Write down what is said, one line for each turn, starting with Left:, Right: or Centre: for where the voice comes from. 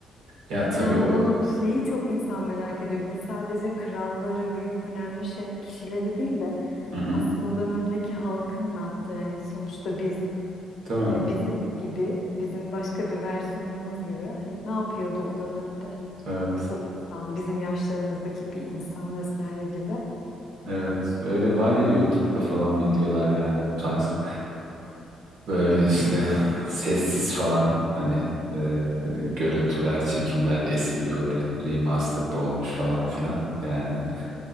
Right: Ya tabii
Left: Yani
Right: o
Left: norm
Right: da.
Left: şeyi çok insan merak ediyor. Bir de sadece kralları, büyük önemli şey kişileri değil de
Right: Hı hı.
Left: aslında o dönemdeki halkın ne yaptığı. Yani sonuçta biz
Right: Değil mi?
Left: e, bizim gibi, bizim başka bir versiyonumuz gibi hani ne yapıyordu o dönemde
Right: Evet.
Left: o insan, bizim yaşlarımızdaki bir insan vesaire gibi.
Right: Evet. Öyle var ya YouTube'da falan videolar yani bu tarz. Böyle işte sessiz falan hani e, görüntüler, çekimler eski böyle remastered olmuş falan filan. Yani